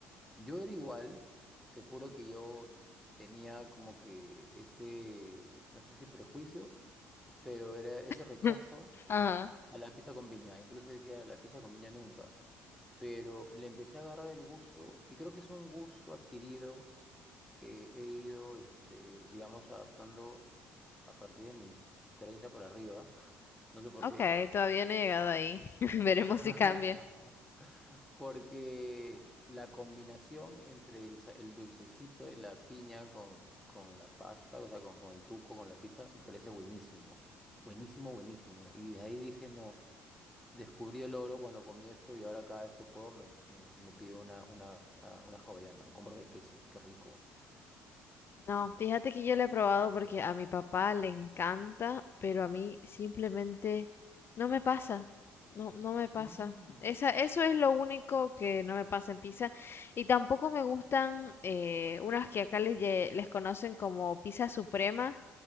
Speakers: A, in the centre; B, on the left.
A: Yo era igual, te juro que yo tenía como que ese, no sé si prejuicio, pero era ese
B: <laughs>
A: rechazo
B: Ajá.
A: a la pizza con piña. Incluso decía la pizza con piña nunca, pero le empecé a agarrar el gusto y creo que es un gusto adquirido que he ido, este, digamos, adaptando a partir de mis 30 para arriba. <laughs> No sé por
B: Ok,
A: qué.
B: todavía no he llegado ahí. <laughs> Veremos
A: <laughs>
B: si cambia.
A: Porque la combinación entre el, sa- el dulcecito de la piña con, con la pasta, o sea, con, con el tuco, con la pizza, me parece buenísimo. Buenísimo, buenísimo. Y de ahí dije, no, descubrí el oro cuando comí esto y ahora cada vez que puedo me, me, me pido una, una, una hawaiana con borde de queso, qué rico.
B: No, fíjate que yo lo he probado porque a mi papá le encanta, pero a mí simplemente no me pasa. No, no me pasa.
A: Mm,
B: Esa, eso es lo único que no me pasa en pizza. Y tampoco me gustan eh, unas que acá les, lle- les conocen como pizza suprema,